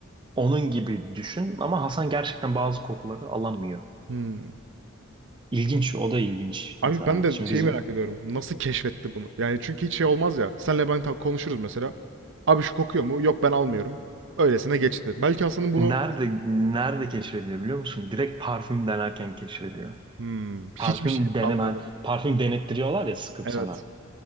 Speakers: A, on the right; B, on the right.
A: Onun gibi düşün ama Hasan gerçekten bazı kokuları alamıyor.
B: Hmm.
A: İlginç, o da ilginç.
B: Abi
A: Mesela
B: ben de
A: şimdi
B: şeyi
A: biz
B: merak ediyorum. Nasıl keşfetti bunu? Yani çünkü hiç şey olmaz ya. Senle ben ta- konuşuruz mesela. Abi şu kokuyor mu? Yok ben almıyorum. Öylesine geçti. Belki Hasan'ın bunu
A: nerede nerede keşfediyor biliyor musun? Direkt parfüm denerken keşfediyor.
B: hmm, hiçbir
A: Parfüm
B: şey
A: deneme,
B: anladım.
A: parfüm denettiriyorlar ya sıkıp
B: Evet.
A: sana.